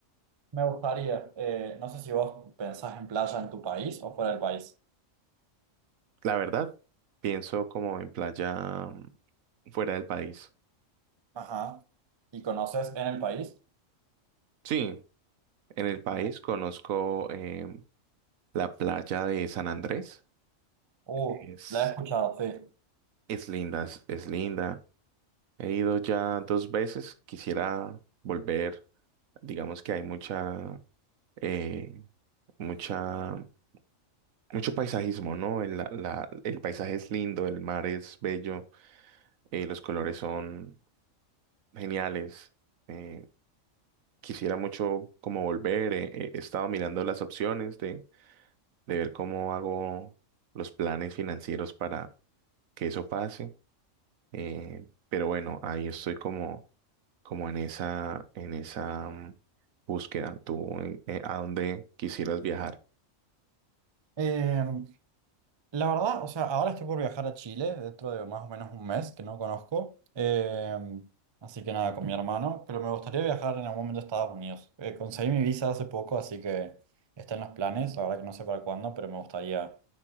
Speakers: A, on the right; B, on the right.
A: Me gustaría, eh, no sé si vos pensás en playa en tu país o fuera del país.
B: La verdad, pienso como en playa mm, fuera del país.
A: Ajá. ¿Y conoces en el país?
B: Sí, en el país
A: Ajá.
B: conozco em, la playa de San Andrés.
A: Uh,
B: Es,
A: la he escuchado, sí.
B: es linda, es, es linda. He ido ya dos veces, quisiera volver. Digamos que hay mucha, eh, mucha, mucho paisajismo, ¿no? El, la- la- el paisaje es lindo, el mar es bello, eh, los colores son geniales. Eh, quisiera mucho como volver. eh, eh, he estado mirando las opciones de ver cómo hago los planes financieros para que eso pase. eh, pero bueno, ahí estoy como, como en esa, en esa mm, búsqueda. ¿Tú eh, a dónde quisieras viajar?
A: Eh, La verdad, o sea, ahora estoy por viajar a Chile dentro de más o menos un mes que no conozco. Eh, así que nada, con mi hermano. Pero me gustaría viajar en algún momento a Estados Unidos. Eh, conseguí mi visa hace poco, así que está en los planes. La verdad que no sé para cuándo, pero me gustaría,